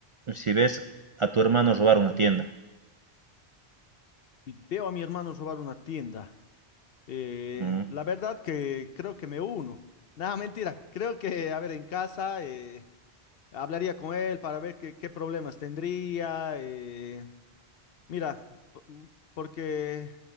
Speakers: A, on the right; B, on the left.
A: si ves a tu hermano robar una tienda?
B: Y veo a mi hermano robar una tienda. Eh,
A: Mm,
B: la verdad que creo que me uno. Nada, mentira. Creo que, a ver, en casa eh, hablaría con él para ver qué, qué problemas tendría. eh, Mira, p- m- porque